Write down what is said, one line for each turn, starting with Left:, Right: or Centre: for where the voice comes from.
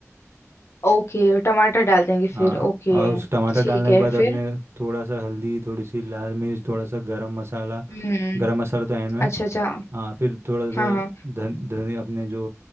Left: ओके टमाटर डाल देंगे
Right: हाँ
Left: फिर ओके
Right: और उस टमाटर
Left: ठीक
Right: डालने
Left: है
Right: के बाद अपने
Left: फिर
Right: थोड़ा सा हल्दी थोड़ी सी लाल मिर्च थोड़ा सा गरम मसाला
Left: हम्म
Right: गरम मसाला तो एंड में
Left: अच्छा अच्छा
Right: हाँ फिर थोड़ा सा
Left: हाँ हाँ
Right: धन धनिया अपने जो